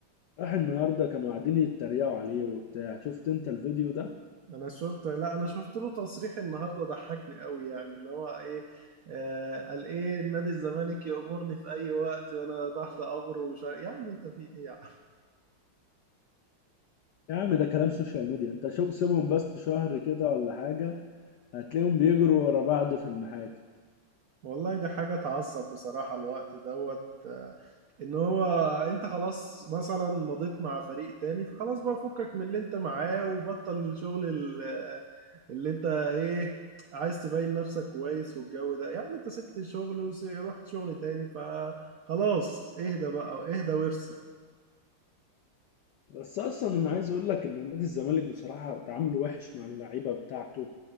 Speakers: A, on the left (about 85°); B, on the right (about 85°).
A: راح النهارده كانوا قاعدين يتريقوا عليه وبتاع شفت انت الفيديو ده
B: انا شفت لا انا شفت له تصريح النهارده ضحكني قوي يعني اللي هو ايه آه، قال ايه نادي الزمالك يأمرني في اي وقت وانا تحت امره ومش عارف يا عم انت في ايه يا
A: يا عم ده كلام سوشيال ميديا انت شو سيبهم بس شهر كده ولا حاجه هتلاقيهم بيجروا ورا بعض في المحاكم
B: والله ده حاجة تعصب بصراحة الوقت دوت آه، ان هو انت خلاص مثلا مضيت مع فريق تاني فخلاص بقى فكك من اللي انت معاه وبطل الشغل ال- اللي انت ايه عايز تبين نفسك كويس والجو ده يا عم انت سبت الشغل ورحت شغل تاني فخلاص اهدى بقى اهدى وارسى
A: بس اصلا انا عايز اقول لك ان نادي الزمالك بصراحه تعامله وحش مع اللعيبه بتاعته